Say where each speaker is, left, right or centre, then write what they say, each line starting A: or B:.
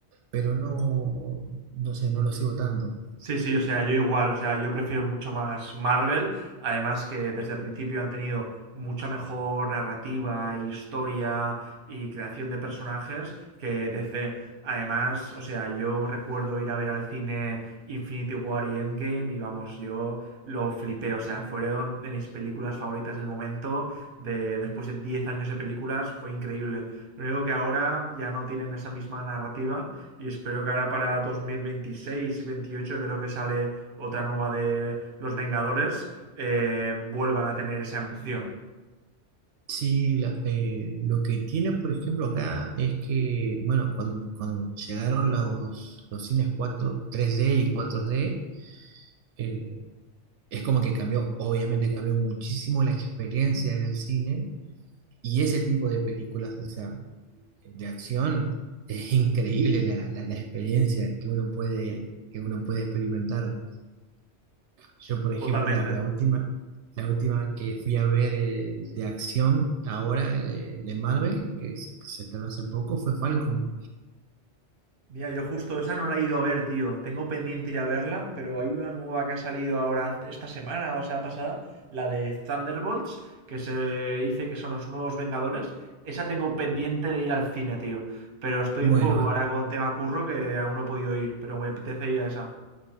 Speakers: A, on the right; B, on the right.
A: pero no, no sé, no lo sigo tanto.
B: Sí, sí, o sea, yo igual, o sea, yo prefiero mucho más Marvel, Además que desde el principio han tenido mucha mejor narrativa, historia y creación de personajes que desde... Además, o sea, yo recuerdo ir a ver al cine Infinity War y Endgame y vamos, yo lo flipé, o sea, fueron de mis películas favoritas del momento, de, después de 10 años de películas, fue increíble. Lo único que ahora ya no tienen esa misma narrativa y espero que ahora para 2026 y 28 creo que sale otra nueva de Los Vengadores eh, vuelvan a tener esa emoción.
A: Sí, la- eh, lo que tiene, por ejemplo, acá es que, bueno, cuando, cuando llegaron los, los cines cuatro tres d y cuatro d eh, es como que cambió, obviamente cambió muchísimo la experiencia en el cine y ese tipo de películas, o sea, de acción, es increíble la, la- la experiencia que uno puede, que uno puede experimentar. Yo, por ejemplo,
B: Totalmente.
A: la, la última, la última que fui a ver eh, de acción ahora de, de Marvel, que se, que se estrenó hace poco, fue Falcon.
B: Mira, yo justo esa no la he ido a ver, tío. Tengo pendiente ir a verla, pero hay una nueva que ha salido ahora esta semana, o sea, pasada, la de Thunderbolts, que se dice que son los nuevos Vengadores. Esa tengo pendiente de ir al cine, tío. Pero estoy
A: Bueno,
B: un poco ahora con tema curro que aún no he podido ir, pero me apetece ir a esa.